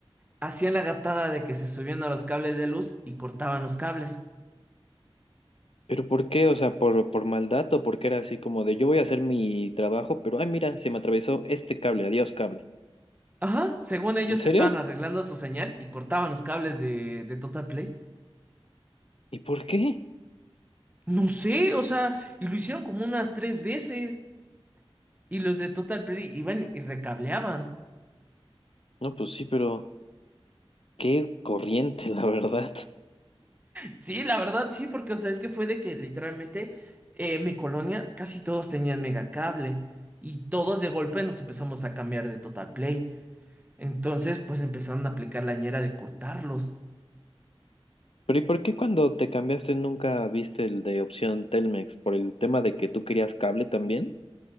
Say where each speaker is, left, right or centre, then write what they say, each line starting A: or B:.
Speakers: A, on the right; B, on the left.
A: hacían la gatada de que se subían a los cables de luz y cortaban los cables.
B: Pero ¿por qué? O sea, por, por maldad o porque era así como de yo voy a hacer mi trabajo, pero ay, mira, se me atravesó este cable, adiós cable.
A: Ajá, según ellos
B: ¿En serio?
A: estaban arreglando su señal y cortaban los cables de, de Total Play.
B: ¿Y por qué?
A: No sé, o sea, y lo hicieron como unas tres veces. Y los de Total Play iban y recableaban.
B: No, pues sí, pero... Qué corriente, la verdad.
A: Sí, la verdad, sí, porque, o sea, es que fue de que literalmente eh, mi colonia casi todos tenían megacable. Y todos de golpe nos empezamos a cambiar de Total Play. Entonces, pues empezaron a aplicar la ñera de cortarlos.
B: Pero ¿y por qué cuando te cambiaste nunca viste el de opción Telmex? ¿Por el tema de que tú querías cable también?